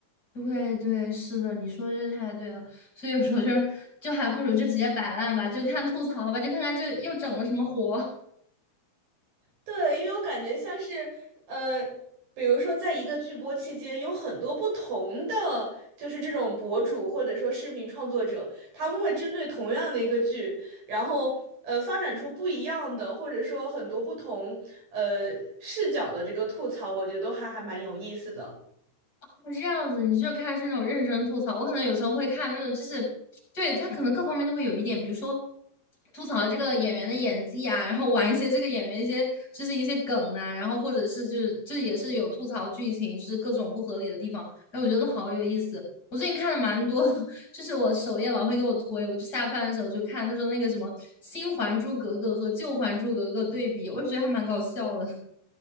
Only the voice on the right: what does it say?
对，因为我感觉像是呃，比如说在一个剧播期间，有很多不同的就是这种博主或者说视频创作者，他们会针对同样的一个剧，然后呃发展出不一样的，或者说很多不同呃视角的这个吐槽，我觉得都还还蛮有意思的。